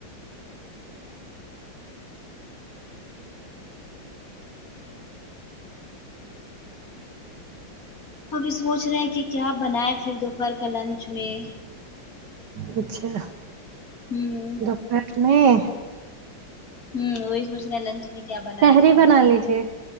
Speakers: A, on the left; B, on the right.
A: ابھی سوچ رہے ہیں کہ کیا بنائے پھر دوپہر کا لنچ میں
B: اچھا
A: ہوں
B: دوپہر میں
A: ہوں وہی سوچ رے لنچ میں کیا بنائے
B: تحری
A: کیا
B: بنا
A: بنائے
B: لیجے